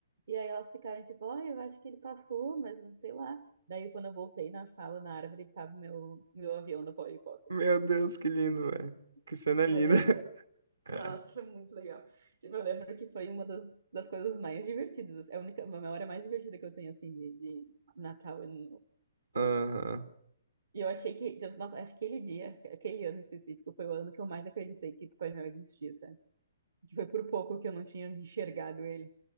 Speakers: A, on the right; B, on the right.
A: E aí elas ficaram tipo, ó, eu acho que ele passou, mas não sei lá. Daí quando eu voltei na sala, na árvore, tava o meu, meu avião da Polly Pocket.
B: Meu Deus, que lindo, velho. Que cena linda.
A: Mas eu, eu
B: <laughs>
A: nossa, foi muito legal. Tipo, eu lembro que foi uma das, das coisas mais divertidas. É a única, uma memória mais divertida que eu tenho, assim, de, de Natal. Eu não-
B: Aham.
A: E eu achei que, tipo, nossa, acho que aquele dia, aquele ano específico, foi o ano que eu mais acreditei que Papai Noel existia, sabe? Que Foi por pouco que eu não tinha enxergado ele.